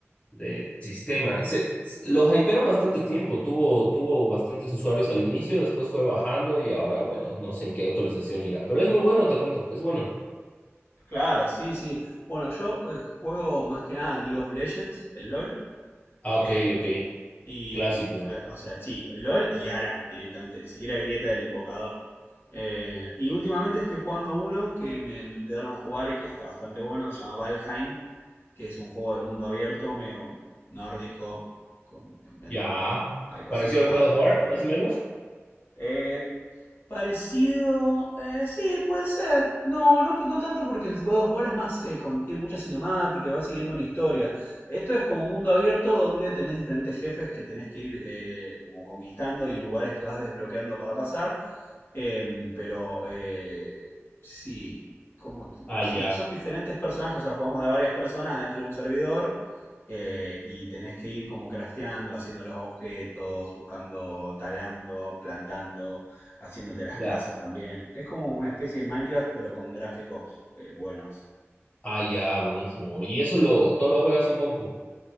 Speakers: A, on the left; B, on the left.
A: de sistema. Se, s- lo hypearon bastante tiempo, tuvo, tuvo bastantes usuarios al inicio, después fue bajando y ahora, bueno, no sé en qué actualización irá. Pero es muy bueno, te cuento, es bueno.
B: Claro, sí, sí. Bueno, yo eh, juego más que nada League of Legends, el LOL.
A: Ah, ok,
B: Eh,
A: ok,
B: y,
A: clásico.
B: eh, o sea, sí, LOL y Aram directamente, ni siquiera Grieta del Invocador. Eh, y últimamente estoy jugando uno que me, me invitaron a jugar y que está bastante bueno, que se llama Valheim, que es un juego de mundo abierto, medio nórdico, con, en- en-
A: Ya.
B: algo
A: ¿Pareció
B: así, está
A: al
B: bastante
A: God of War,
B: bueno.
A: más o menos?
B: Eh, Parecido, eh, sí, puede ser. No, no, no tanto porque el God of War es más, eh, con- tiene mucha cinemática y va siguiendo una historia. Esto es como un mundo abierto donde tenés diferentes jefes que tenés que ir eh, como conquistando y lugares que vas desbloqueando para pasar. Em, pero eh, sí, como
A: Ah,
B: sí,
A: ya.
B: son diferentes personajes, o sea, jugamos de varias personas dentro de un servidor eh, y tenés que ir como crafteando, haciendo los objetos, buscando, talando, plantando, haciéndote las
A: claro.
B: casas también. Es como una especie de Minecraft, pero con gráficos eh, buenos.
A: Ah, ya, buenísimo. ¿Y eso lo, todo lo juegas en compu?